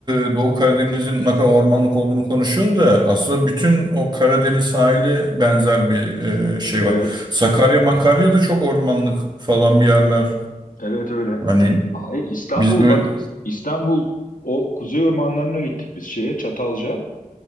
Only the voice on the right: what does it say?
e, Doğu Karadeniz'in ne kadar ormanlık olduğunu konuşuyoruz da aslında
bütün o Karadeniz sahili benzer bir e, şey
var. Sakarya, Makarya da çok ormanlık falan bir yerler.
Hani
biz böyle